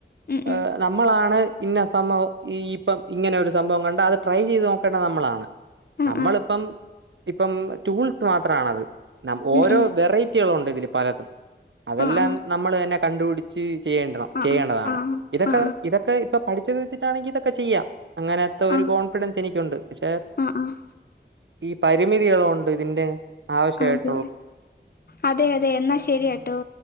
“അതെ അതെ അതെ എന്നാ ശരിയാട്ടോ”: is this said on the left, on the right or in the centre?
Left